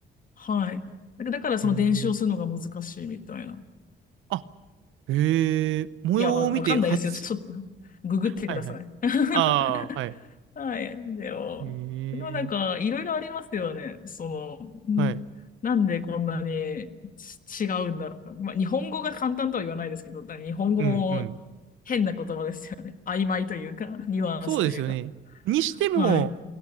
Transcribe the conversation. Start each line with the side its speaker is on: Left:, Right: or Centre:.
Left: はい。だからだからその伝承するのが難しいみたいな。
Right: へえ。あ、へえ。模様を見て初。
Left: いや、わわかんないですよ。ちょ <laughs> っと、ググってください。
Right: はいはい。あ
Left: <laughs>
Right: あ、はい。
Left: はい。でも、
Right: へえ。
Left: でもなんか、いろいろありますよね。その、
Right: はい。
Left: んなんでこんなにち違うんだろう。まあ、日本語が簡単とは言わないですけど、だから日本語も
Right: うんうん。
Left: 変な言葉ですよね。曖昧というか、ニュアンスというか。
Right: そうですよね。にしても、
Left: はい。